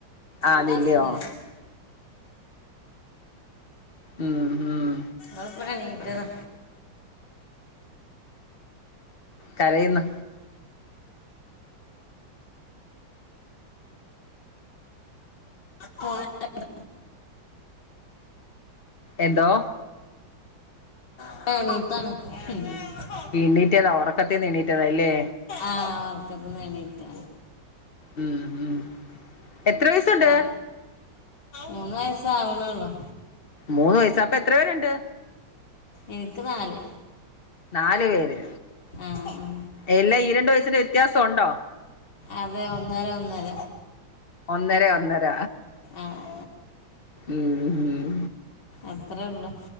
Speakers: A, on the left; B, on the left.
A: ആന്നില്ലയോ
B: ഇത് അസ്മില
A: ഉം ഉം
B: ഓള്പ്പട് എണീറ്റതാ
A: കരയുന്നോ
B: <unintelligible>
A: എന്തോ
B: പ്പണീറ്റാണാ
A: എണീറ്റതാ ഉറക്കത്തിന്ന് എണ്ണീറ്റതാ അല്ലേ
B: ആഹ് ഓർക്കത്തിന്ന് എണീട്ടാ
A: ഉം ഉം എത്ര വയസുണ്ട്
B: ആ, മൂന്ന് വയസ്സാവ്ണൊള്ളൂ
A: മൂന്ന് വയസാ അപ്പ എത്ര പേരുണ്ട്
B: എനിക്ക് നാല്
A: നാല് പേര്
B: ആഹ് ആഹ്
A: എല്ലാ ഈ രണ്ടു വയസിന്റെ വ്യത്യാസം ഉണ്ടോ
B: അതെ ഒന്നര ഒന്നര
A: ഒന്നര ഒന്നര
B: ആഹ്
A: ഉം ഉം
B: അത്രെ ഉള്ളു